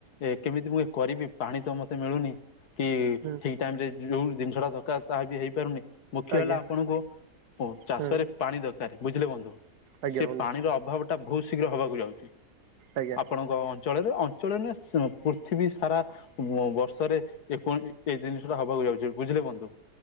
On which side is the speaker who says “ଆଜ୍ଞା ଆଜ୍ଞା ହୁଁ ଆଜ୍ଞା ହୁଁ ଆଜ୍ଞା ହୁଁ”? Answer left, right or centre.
Right